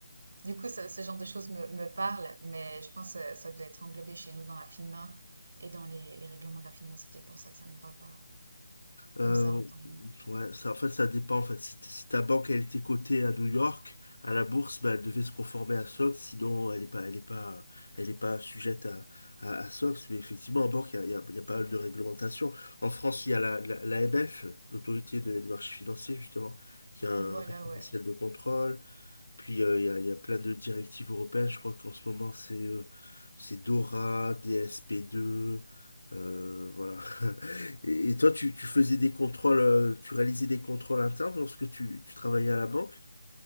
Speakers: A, on the right; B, on the left.
A: du coup, ça- ce genre de choses me, me parle. Mais je pense que ça devait être englobé chez nous dans la FINMA et dans les, les règlements de la FINMA. C'est peut-être pour ça que ça ne me parle pas
B: Euh,
A: comme ça en temps.
B: ouais, ça, en fait, ça dépend. En fait, si, t- si ta banque elle était cotée à New York, à la bourse, bah, elle devait se conformer à SOX, sinon elle est pas, elle est pas, elle est pas sujette à, à, à SOX. Mais effectivement, en banque, il y a, il y a- il y a pas mal de réglementations. En France, il y a la, la, l'AMF, l'Autorité de- des marchés financiers, justement, qui a un
A: Voilà,
B: référentiel
A: ouais.
B: de contrôle. Puis euh, il y a, il y a plein de directives européennes. Je crois qu'en ce moment, c'est euh, c'est DORA, DSP2. euh, voilà. <laughs> Et, et toi, tu, tu faisais des contrôles, euh, tu réalisais des contrôles internes lorsque tu, tu travaillais à la banque?